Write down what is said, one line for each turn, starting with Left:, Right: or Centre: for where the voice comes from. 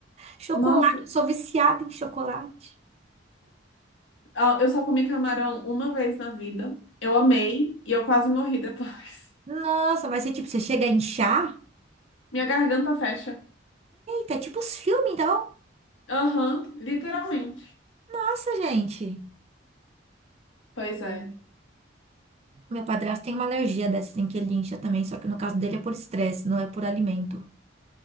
Right: Chocolate,
Left: Nossa,
Right: eu sou viciada em chocolate.
Left: ó, eu só comi camarão uma vez na vida. Eu amei e eu quase morri depois. <laughs>
Right: Nossa, mas você, tipo, você chega a inchar?
Left: Minha garganta fecha.
Right: É tipo os filmes, então.
Left: Aham, literalmente.
Right: Nossa, gente.
Left: Pois é.
Right: Meu padrasto tem uma alergia dessa, tem que ele incha também, só que no caso dele é por estresse, não é por alimento.